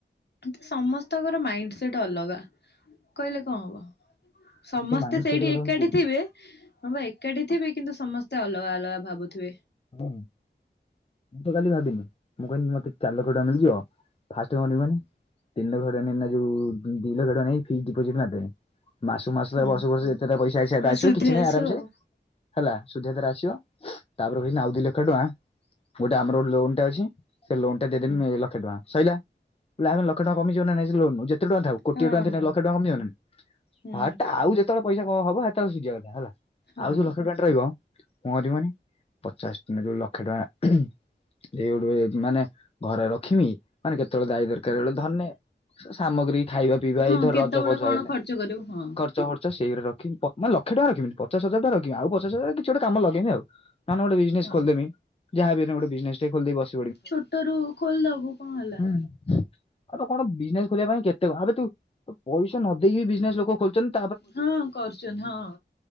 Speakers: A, on the left (about 65°); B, on the left (about 30°).
A: କିନ୍ତୁ ସମସ୍ତଙ୍କର ମାଇଣ୍ଡ ସେଟ ଅଲଗା କହିଲେ କଣ ହବ? ସମସ୍ତେ
B: ତ ମାଇଣ୍ଡ
A: ସେଇଠି
B: ସେଟ୍ କଥା
A: ଏକାଠି
B: ମୁଁ କହୁଛି
A: ହଁ ବା ଏକାଠି ଥିବେ କିନ୍ତୁ ସମସ୍ତେ ଅଲଗା ଅଲଗା ଭାବୁଥିବେ
B: ହଁ ମୁଁ ତ କାଲି ଭାବିନି ମୁଁ କହିଲି ମତେ ଚାରି ଲକ୍ଷ ଟଙ୍କା ମିଳିଯିବ। ଫାର୍ଷ୍ଟ କଣ କରିବି କହନି ତିନି ଲକ୍ଷ ଟଙ୍କା ଦେଇକି ନା ଯଉ <unintelligible> ଦି ଲକ୍ଷ ଟଙ୍କା ଆଣି ଫିକ୍ସ ଡିପୋଜିଟ୍ ମାରିଦେ ମାସ କୁ ମାସ ତ
A: ହଁ
B: ବର୍ଷ ବର୍ଷ ଯେତେଟା ପଇସା ଆସିଆ କଥା ଆସିବ
A: ସୁଧି
B: କିଛି ନାହିଁ
A: ଆସିବ
B: ଆରାମସେ
A: ଆଉ।
B: ହେଲା ଶୁଦ୍ଧ ଧୀରେ ଧୀରେ ଆସିବତା ତା ଦେନ୍ ଆଉ ଦି ଲକ୍ଷ ଟଙ୍କା ଗୋଟେ ଆମର ଗୋଟେ ଲୋନ ଟେ ଅଛି। ସେ ଲୋନ୍ ଟା ଦେଇଦେମି
A: ହୁଁ
B: ଲକ୍ଷେ ଟଙ୍କା ସଇଲା। ଆମେ ଲକ୍ଷ ଟଙ୍କା
A: ହୁଁ।
B: କମିିବ
A: ହୁଁ
B: ଯିବ ନା ନାଇଁ ଲୋନ ଯେତେ ଟଙ୍କା ଥାଉ କୋଟିଏ
A: ହଁ
B: ଟଙ୍କା
A: ହଁ।
B: ଲକ୍ଷ ଟଙ୍କା କମଯିବନା
A: ହୁଁ
B: ହାଟା ଆଉ ଯେତଅଳ ପଇସା କଓଁ ହବ ହେତଏଳେ ସୁଝିବା କଥା ହେଲା।
A: ହଁ।
B: ଆଉ ଯୋଉ ଲକ୍ଷେ ଟଙ୍କାଟି ରହିବ <unintelligible> ପଚାଶ ଟଙ୍କା ଯୋଉ ଲକ୍ଷେ ଟଙ୍କା ଏଉଡୁ ଏ <unintelligible> ମାନେ ଘରେ ରଖମି ମାନେ କେତେବେଳେ ଦାୟ ଦରକାର ବେଳେ ଧନେ ସା ସାମଗ୍ରୀ ଖାଇବା ପିଇବା
A: ହଁ
B: ଏଇ ଧର
A: କେତେବେଳେ
B: ରଜ ଫଜ
A: କଣ
B: ହେଲେ
A: ଖର୍ଚ୍ଚ କରିବୁ ହଁ
B: ଖର୍ଚ୍ଚ ଫର୍ଚ ସେଇଗୁଡା ରଖମି ପ ମାନେ ଲକ୍ଷେ ଟଙ୍କା ରଖିବିନି, ପଚାଶ ହଜାର ଟଙ୍କା ରଖିବି ଆଉ ପଚାଶ ହଜାର ଟଙ୍କା କିଛି ଗୋଟେ କାମରେ ଲଗାଇବି ଆଉ ତାନେ ଗୋଟେ ବିଜନେସ୍
A: ହଁ।
B: ଖୋଲଦେମି। ଯାହା ବି ହେନେ ଗୋଟେ ବିଜନେସ୍ ଟେ ଖୋଲିଦେଇ ବସ
A: ଛୋଟ ରୁ ଖୋଲିଦବୁ କଣ ହେଲା।
B: ହୁଁ। ଆବେ କଣ ବିଜନେସ୍ ଖୋଲିବା ପାଇଁ କେତେ କଣ ଆବେ ତୁ ତୁ ପଇସା ନ ଦେଇକି ବିଜନେସ୍ ଲୋକ ଖୋଲୁଚନ୍ତି।
A: ହଁ କରୁଚନି ହଁ